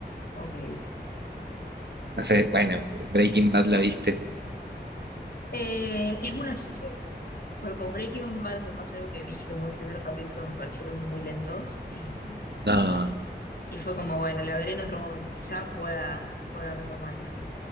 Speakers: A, on the left; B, on the right.
A: ok.
B: No sé, bueno, Breaking Bad la viste.
A: Eh, es una serie. Pues con Breaking Bad me pasó algo que vi, los dos primeros capítulos me parecieron muy lentos y,
B: No,
A: y fue como, bueno, la veré en otro momento, quizá pueda, pueda retomarla.